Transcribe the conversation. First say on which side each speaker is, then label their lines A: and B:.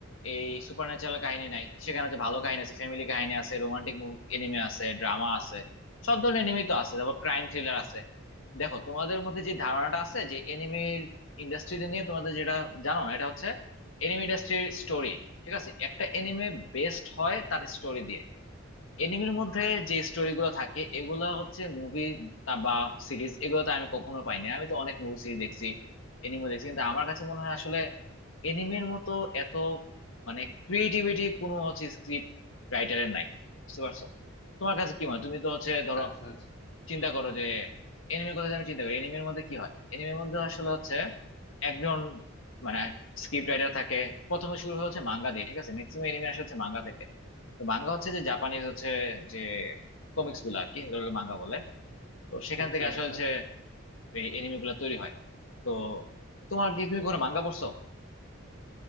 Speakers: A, on the left (about 70°); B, on the left (about 50°).
A: এই সুপার ন্যাচারাল কাহিনী নাই সেখানে হচ্ছে ভালো কাহিনী আছে ফ্যামিলি কাহিনী আছে রোমান্টিক এনিমে আছে ড্রামা আছে সব ধরনের এনিমেই তো আছে তারপর ক্রাইম থ্রিলার আছে দেখো তোমাদের মধ্যে যে ধারণাটা আছে যে এনিমে ইন্ডাস্ট্রিতে নিয়ে তোমাদের যেটা জানো না এটা হচ্ছে এনিমে ইন্ডাস্ট্রির স্টোরি ঠিক আছে একটা এনিমে বেস্ট হয় তার স্টোরি দিয়ে এনিমের মধ্যে যে স্টোরিগুলো থাকে এগুলো হচ্ছে মুভি বা সিরিজ এগুলোতে আমি কখনো পাইনি আমি তো অনেক মুভি সিরিজ দেখছি এনিমে দেখছি কিন্তু আমার কাছে মনে হয় আসলে এনিমের মতো এত মানে ক্রিয়েটিভিটি কোনো হচ্ছে স্ক্রিপ্ট রাইটারের নাই বুঝতে পারছো তোমার কাছে কি মনে হয় তুমি তো হচ্ছে ধরো
B: আচ্ছা আচ্ছা
A: চিন্তা করো যে এনিমের কথা যদি আমি চিন্তা করি এনিমের মধ্যে কি হয় এনিমের মধ্যে আসলে হচ্ছে একজন মানে স্ক্রিপ্ট রাইটার থাকে প্রথমে শুরু হচ্ছে মাঙ্গা দিয়ে ঠিক আছে ম্যাক্সিমাম এনিমে আসলে হচ্ছে মাঙ্গা থেকে তো মাঙ্গা হচ্ছে যে জাপানিজ হচ্ছে যে কমিক্স গুলো আর কি এগুলোকে মাঙ্গা বলে তো সেখান
B: আচ্ছা
A: থেকে আসলে
B: আচ্ছা
A: হচ্ছে এই এনিমে গুলো তৈরি হয় তো তোমার কি তুমি কোনো মাঙ্গা পড়ছো